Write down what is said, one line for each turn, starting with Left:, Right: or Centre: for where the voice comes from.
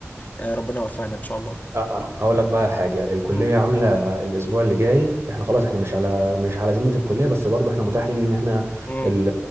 Left: آه، ربنا يوفقنا ان شاء الله
Right: أ- أ- هقول لك بقى حاجه الكليه
Left: مم.
Right: عامله الاسبوع اللي جاي احنا خلاص احنا مش على مش على ذمه الكليه بس برضو احنا متاح لنا ان احنا
Left: مم.
Right: ال...